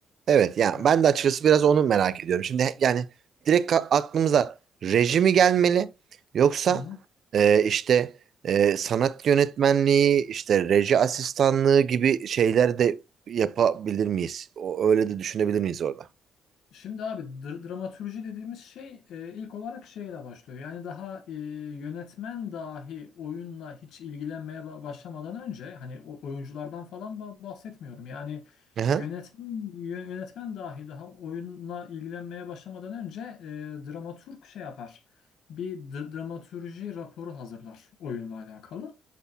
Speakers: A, on the right; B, on the left.
A: Evet yani
B: E,
A: ben de açıkçası biraz onu merak ediyorum. Şimdi he- yani direkt ka- aklımıza rejimi gelmeli yoksa
B: hı hı.
A: e, işte e, sanat yönetmenliği, işte reji asistanlığı gibi şeyler de yapabilir miyiz? O, öyle de düşünebilir miyiz orada?
B: Şimdi abi dr- dramatürji dediğimiz şey e, ilk olarak şeyle başlıyor. Yani daha e, yönetmen dahi oyunla hiç ilgilenmeye ba- başlamadan önce hani o- oyunculardan falan ba- bahsetmiyorum. Yani
A: Hı hı.
B: yönetmen yö- yönetmen dahi daha oyunla ilgilenmeye başlamadan önce e, dramaturg şey yapar. Bir dr- dramatürji raporu hazırlar oyunla alakalı.